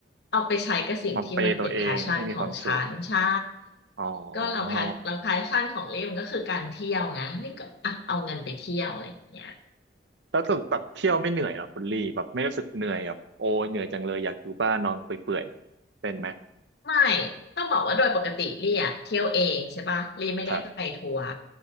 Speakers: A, on the left; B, on the right.
A: เอาไปใช้กับสิ่งที่มันเป็นแพชชั่นของฉันใช่
B: มาเปย์ตัวเองให้มีความสุขอ๋อ
A: ก็เราแพชเราแพชชั่นของลี่มันก็คือการเที่ยวไงลี่ก็อ่ะเอาเงินไปเที่ยวอะไรเงี้ย
B: แล้วสึกแบบเที่ยวไม่เหนื่อยเหรอคุณลี่แบบไม่รู้สึกเหนื่อยแบบโอ้ยเหนื่อยจังเลยอยากอยู่บ้านนอนเปื่อยๆเป็นไหม
A: ไม่ต้องบอกว่าโดยปกติลี่อ่ะเที่ยวเองใช่ปะลี่ไม่ได้ไปทัวร์
B: ครับ